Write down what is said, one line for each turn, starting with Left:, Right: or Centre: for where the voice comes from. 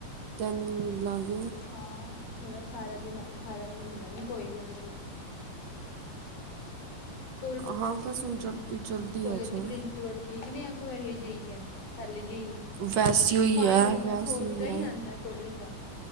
Right: ਤੈਨੂੰ ਮਿਲਾਂਗੇ।
Left: ਹਾਂ, ਸਾਰਿਆਂ ਦੇ ਨਾਲ ਸਾਰਿਆਂ ਨੂੰ ਈ ਮਿਲਾਂਗੀ ਕੋਈ ਗੱਲ ਨੀ। ਹੋਰ
Right: ਹਾਂ ਬਸ ਹੁਣ ਜਲਦੀ ਜਲਦੀ
Left: ਕੋਲੇਜ
Right: ਆਜਾ
Left: ਦੀ ਪ੍ਰਿੰਸੀਪਲ ਠੀਕ ਨੇ ਯਾ ਕੋਈ ਐਹੇ ਜੇਈ ਐ। ਪਹਿਲੇ ਜੇਈ
Right: ਵੈਸੇ ਹੀ
Left: ਫਾਈਨ
Right: ਹੈ
Left: ਓਨਾ
Right: ਵੈਸੇ
Left: ਓਦਾਂ
Right: ਹੀ ਹੈ
Left: ਈ ਆਂਦਾ ਕੋਲੇਜ ਦਾ